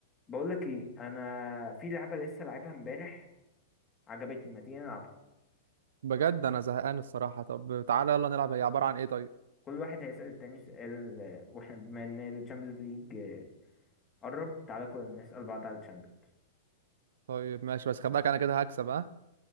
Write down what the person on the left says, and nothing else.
بقول لك ايه انا في لعبه لسه لعبها امبارح عجبتني ما تيجي نلعبها
كل واحد هيسأل التاني سؤال آه، واحنا بما ان الشامبيونز ليج آه، قرب تعالى كلنا نسأل بعض على الشامبيونز